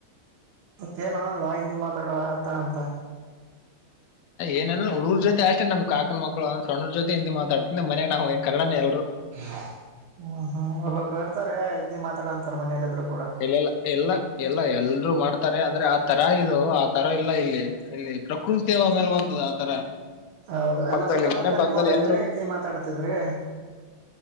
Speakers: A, on the right; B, on the left.
A: ಮತ್ತಏನಲ್ವಾ ಹಿಂದಿ ಮಾತಾಡುವ ಆತ ಅಂತ
B: ಏನಲ್ಲ ಹುಡುೂರ್ ಜೊತೆ ಅಷ್ಟೇ ನಮ್ ಕಾಕನ ಮಕ್ಳು ಸಣ್ಣ್ರ ಜೊತೆ ಹಿಂದಿ ಮಾತಾಡ್ತೆ ಮನೆ ನಾ್ ಕನ್ನಡನೇ ಎಲ್ರು
A: ಹ ಹಾ ಒ ಬಬ್ರ ಮಾತಾಡ ಅಂತ ಮನೇಲಿಿದ್ರು
B: ಇಲ್ಲೆಲ್ಲ ಎಲ್ಲ ಎಲ್ಲ ಎಲ್ರುೂ ಮಾಡ್ತಾರೆ ಅಂದ್ರೆ ಆ ತರ ಇದು ತರ ಇಲ್ಲ ಇಲ್ಲಿ ಇಲ್ಲಿ ಪ್ರಕೃತಿ ಆ ಮೇಲೆ ಬರ್ತದ ಆತರ
A: ಹೌದು ಎಲ್ಲಾ
B: ಪಕ್ಕದಲ್ಲಿ
A: ಸುತ್ತಮುತ್ತ
B: ಮನೆ ಪಕ್ಕದಲ್ಲಿ
A: ನಿಮ್ಮವರ ಇದ್ರೆ
B: ಎಲ್ರು
A: ಹಿಂದಿ ಮಾತಾಡ್ತಿದ್ರಿ